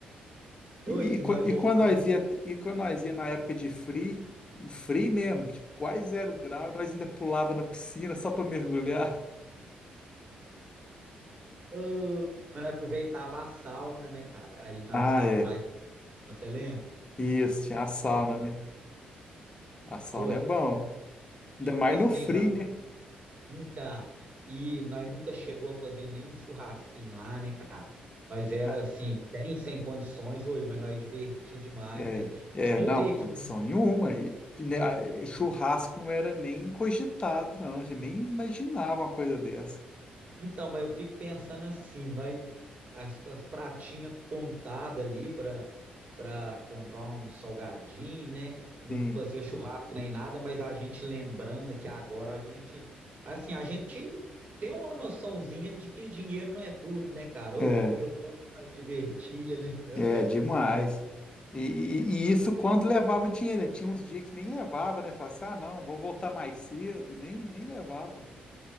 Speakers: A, on the left; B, on the right.
A: E,
B: Oi, e
A: e, qua-
B: nós
A: e
B: voltávamos
A: quando nós ia, e quando nós ia na época de free, free mesmo, tipo, quase zero grau, nós ainda pulava na piscina só pra mergulhar.
B: Ô, mas nós aproveitava a sauna, né, cara? Aí nós
A: Ah,
B: ficava
A: é.
B: mais, você lembra?
A: Isso, tinha a sauna, né? A sauna
B: Oi.
A: é bom.
B: E,
A: Ainda
B: tipo
A: mais
B: assim,
A: no free,
B: nós
A: né?
B: então, e nós nunca chegou a fazer nenhum churrasquinho lá, né, cara? Nós era
A: Ah,
B: assim, bem sem condições, oi, mas nós divertia demais,
A: É,
B: né?
A: é,
B: Você
A: não,
B: vê
A: condição
B: que
A: nenhuma. E, e, né, a- e churrasco não era nem cogitado, não. A gente nem imaginava uma coisa dessa.
B: Então, mas eu fico pensando assim, nós as, as pratinhas contadas ali para para comprar um salgadinho, né? Não
A: Sim.
B: fazia churrasco nem nada, mas a gente lembrando que agora a gente assim, a gente tem uma noçãozinha de que dinheiro não é tudo, né, cara?
A: É.
B: Oi, porque o tanto nós divertia, né, cara?
A: É, demais. E, e- e isso quando levava dinheiro. né? Tinha uns dias que nem levava, né? Falava assim, ah, não, vou voltar mais cedo. Nem, nem levava.